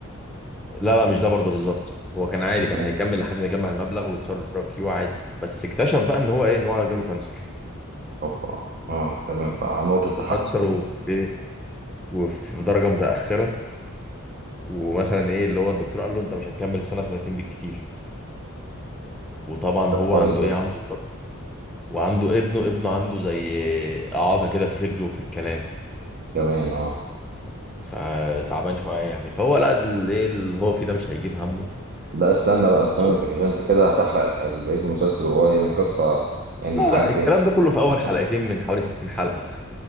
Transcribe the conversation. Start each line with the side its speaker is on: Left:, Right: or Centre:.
Centre: لا لا مش ده برضه بالظبط هو كان عادي
Right: <laughs>
Centre: كان هيكمل لحد ما يجمع المبلغ ويتصرف فيه عادي بس اكتشف بقى ان هو ايه ان هو جاله كانسر
Right: اوبا اه تمام فنقطه تحول
Centre: وكانسر وايه وفي درجه متاخره ومثلا ايه اللي هو الدكتور قال له انت مش هتكمل سنه سنتين بالكتير وطبعا
Right: طب
Centre: هو
Right: كويس
Centre: عنده
Right: ده
Centre: ايه عنده مرض وعنده ابنه ابنه عنده زي اعاقه كده في رجله وفي الكلام
Right: كمان اه
Centre: فتعبان شويه يعني فهو لا ال- ايه اللي هو فيه ده مش هيجيب همه
Right: لا استنى
Centre: فبالصدفه
Right: بقى استنى انت عشان انت كده هتحرق بقيه المسلسل وهو يعني القصه يعني
Centre: لا
Right: عاجباني
Centre: لا الكلام ده كله في اول
Right: <laughs>
Centre: حلقتين من حوالي 60 حلقه